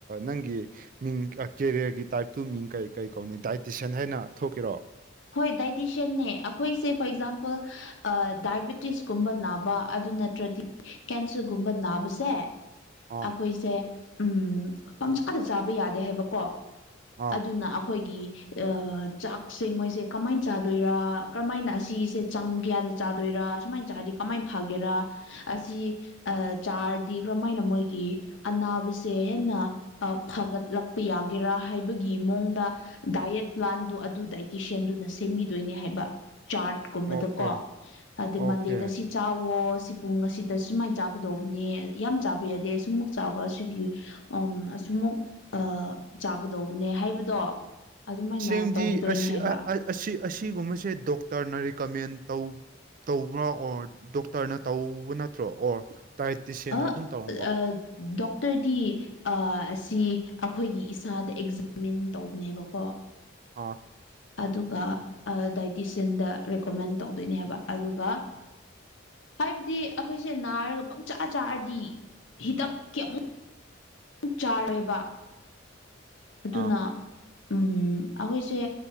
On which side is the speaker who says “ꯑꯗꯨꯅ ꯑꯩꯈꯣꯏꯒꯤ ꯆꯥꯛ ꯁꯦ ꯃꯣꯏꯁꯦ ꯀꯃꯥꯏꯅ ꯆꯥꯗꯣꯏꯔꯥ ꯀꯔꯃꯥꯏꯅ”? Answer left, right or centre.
Left